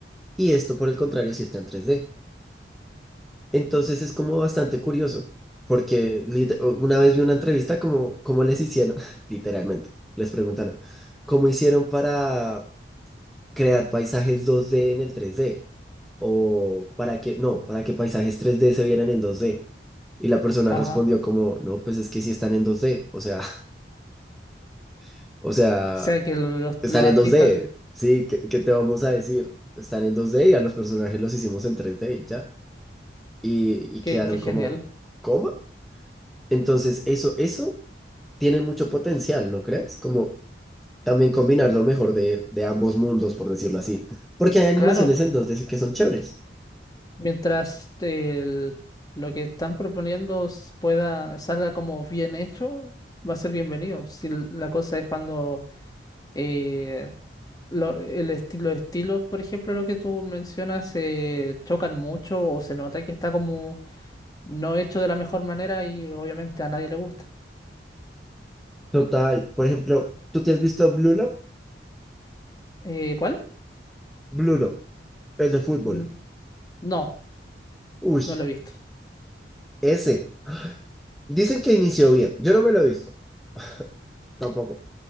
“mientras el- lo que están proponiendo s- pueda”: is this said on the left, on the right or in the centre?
Left